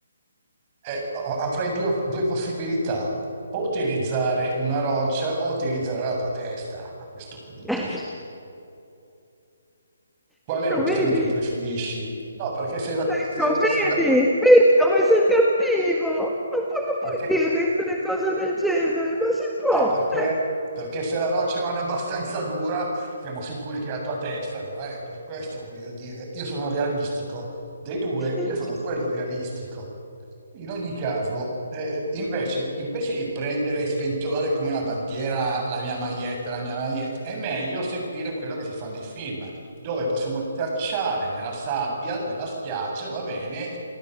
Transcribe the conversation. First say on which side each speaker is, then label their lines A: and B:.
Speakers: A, on the right (about 30°); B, in the centre.
A: Eh, ho- avrei due, due possibilità, o utilizzare una roccia o utilizzare la tua testa a questo punto.
B: <laughs>
A: Qual
B: Ecco,
A: è l'opzione
B: vedi?
A: che preferisci? No, perché se la,
B: Ecco,
A: se- se
B: vedi?
A: la-
B: Vedi come sei cattivo? Non pu- non puoi
A: perché
B: dire de- delle cose del genere, non si può.
A: Eh, perché,
B: Eh.
A: perché se la roccia non è abbastanza dura, siamo sicuri che la tua testa lo è. Per questo voglio dire, io sono realistico. Dei due,
B: <laughs>
A: io sono quello realistico. In ogni caso, eh, invece, invece di prendere e sventolare come una bandiera la mia maglietta, la mia maglietta, è meglio seguire quello che si fa nei film, dove possiamo tracciare nella sabbia della spiaggia, va bene,